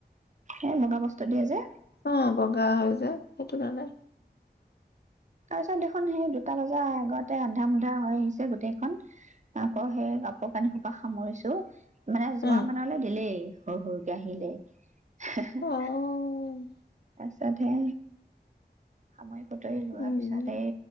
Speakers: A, on the right; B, on the left.
A: এ, <unintelligible> দিয়ে যে
B: অ', বগা হৈ যায়। তোলানাই
A: তাৰ পিছত দেখোন সেই দুটা বাজাৰ আগতে আন্ধা-মুন্ধা হৈ আহিছে গোটেইখন আকৌ সেই কাপোৰ-কানি সোপা সামৰিছো। মানে
B: উম,
A: যোৱা মানলৈ দিলেই। সৰু-সৰুকে আহিলেই। <unintelligible>
B: অ',
A: তাত হে সামৰি বুটলি লোৱা
B: উম,
A: পিছত এই